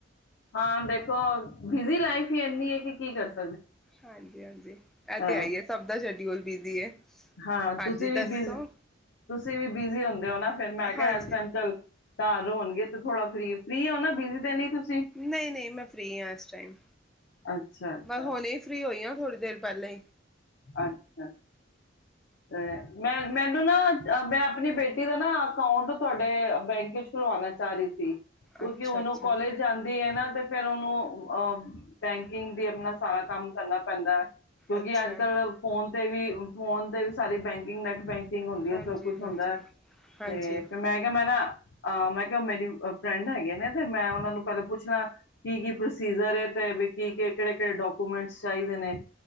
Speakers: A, on the left (about 65°); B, in the centre.
A: ਹਾਂ ਦੇਖੋ ਬਿਜੀ ਲਾਈਫ ਹੀ ਇੰਨੀ ਹੈ ਕਿ ਕੀ ਕਰ ਸਕ
B: ਹਾਂਜੀ ਹਾਂਜੀ ਇਹ
A: ਅ
B: ਤੇ ਹੈਈ ਹੈ ਸਭ ਦਾ ਛੱਡ ਤੇ ਹੁਣ ਬਿਜ਼ੀ ਹੈ,
A: ਹਾਂ
B: ਹਾਂਜੀ
A: ਤੁਸੀਂ ਵੀ
B: ਦੱਸੋ
A: ਬਿਜ਼ ਤੁਸੀਂ ਵੀ ਬਿਜ਼ੀ ਹੁੰਦੇ ਓ ਨਾ ਫਿਰ ਮੈਂ ਕਿਹਾ
B: ਹਾਂਜੀ
A: ਇਸ ਟਾਈਮ ਚੱਲ ਘਰ ਹੋਣਗੇ ਤੇ ਥੋੜਾ ਫ੍ਰੀ, ਫ੍ਰੀ ਹੋ ਨਾ ਬਿਜ਼ੀ ਦੇ ਲਈ ਤੁਸੀਂ
B: ਨਹੀਂ ਨਹੀਂ ਮੈਂ ਫ੍ਰੀ ਹਾਂ ਇਸ ਟਾਈਮ
A: ਅੱਛਾ ਅੱਛਾ
B: ਬਸ ਹੁਣੇ ਫ੍ਰੀ ਹੋਈ ਆ ਥੋੜੀ ਪੱਲੇ
A: ਅੱਛਾ ਤੇ ਮੈਂ ਮੈਨੂੰ ਨਾ ਮੈਂ ਆਪਣੀ ਬੇਟੀ ਦਾ ਨਾ ਅਕਾਊਂਟ ਤੁਹਾਡੇ ਬੈਂਕ ਵਿੱਚ ਖੁਲਵਾਣਾ ਚਾਹ ਰਹੀ ਸੀ ਕਿਉਂਕਿ
B: ਅੱਛਾ
A: ਹੁਣ
B: ਅੱਛਾ
A: ਉਹ ਕੋਾਲਜ ਜਾਂਦੀ ਹੈ ਨਾ ਤੇ ਫੇਿਰ ਉਹਨੂੰ ਅਹ ਬੈਂਕਿੰਗ ਦੀ ਆਪਣਾ ਸਾਰਾ ਕੰਮ ਕਰਨਾ ਪੈਂਦਾ ਹੈ, ਕਿਉਂਕਿ
B: ਅੱਛਾ
A: ਅੱਜ-ਕੱਲ ਫੋਨ ਤੇ ਵੀ ਫੋਨ ਤੇ ਸਾਰੀ ਬੈਂਕਿੰਗ ਨੇੈਟ ਬੈਂਕਿੰਗ ਹੁੰਦੀ
B: ਹਾਂਜੀ
A: ਉਹ ਸਭ ਕੁੱਛ ਹੁੰਦਾ
B: ਹਾਂਜੀ
A: ਤੇ
B: ਹਾਂਜੀ
A: ਫਿਰ ਮੈਂ ਕਿਹਾ ਮੈਂ ਨਾ ਅ ਮੈਂ ਕਿਹਾ, ਮੇਰੀ ਫਰੈਂਡ ਹੈਗੇ ਨੇ ਤੇ ਮੈਂ ਉਹਨਾ ਨੂੰ ਪਹਿਲਾਂ ਪੁੱਛਣਾ ਕੀ-ਕੀ ਪ੍ਰੋਸੀਜਰ ਹੈ ਤੇ ਕੀ ਕਿਹੜੇ- ਕਿਹੜੇ ਡਾਕੂਮੈਂਟ ਚਾਹੀਦੇ ਨੇ?